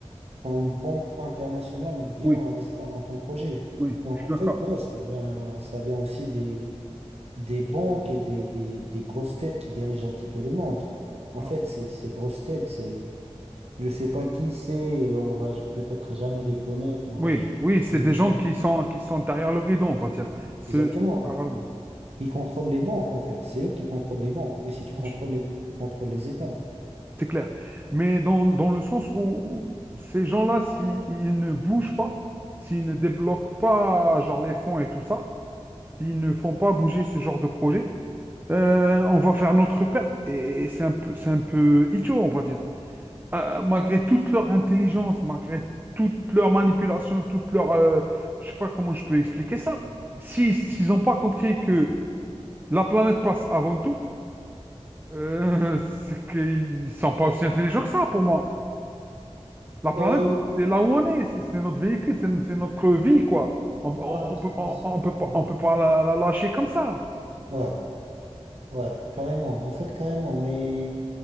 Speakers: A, on the right; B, on the right.
A: quand une banque internationale vient
B: Oui,
A: investir dans ton projet.
B: Oui, oui,
A: Donc,
B: je suis
A: en
B: d'accord.
A: fait, ouais, ça vient, ça vient aussi des, des banques et des, des, des grosses têtes qui dirigent un petit peu le monde. En
B: voilà.
A: fait, ces, ces grosses têtes, c'est, je sais pas qui c'est, et on va peut-être jamais les connaître, et on
B: Oui,
A: va jamais
B: oui, c'est des
A: les
B: gens
A: voir.
B: qui sont, qui sont derrière le rideau, on va dire. Ce-
A: Exactement.
B: ce- ah, voilà.
A: qui contrôlent les banques, en fait. C'est eux qui contrôlent les banques. Et si tu contrôles
B: Je-
A: les, tu contrôles les États.
B: C'est clair. Mais dans, dans le sens où où ces gens-là, s'ils ne bougent pas, s'ils ne débloquent pas genre les fonds et tout ça, s'ils ne font pas bouger ce genre de projet, euh, on va faire notre perte. Et, et c'est un peu, c'est un peu idiot, on va dire. euh, malgré toute leur intelligence, malgré toute leur manipulation, toute leur... euh, je sais pas comment je peux expliquer ça. Si, s'ils n'ont pas compris que la planète passe avant tout, euh, <laughs> c'est qu'ils sont pas aussi intelligents que ça, pour moi. La planète,
A: Euh,
B: c'est là où on est, c'est c'est notre véhicule, c'est c'est notre vie, quoi. On,
A: ouais,
B: on, on peut,
A: sincèrement.
B: on, on peut pas, on peut pas la, la lâcher comme ça.
A: Ouais, ouais, carrément. En fait, carrément. Mais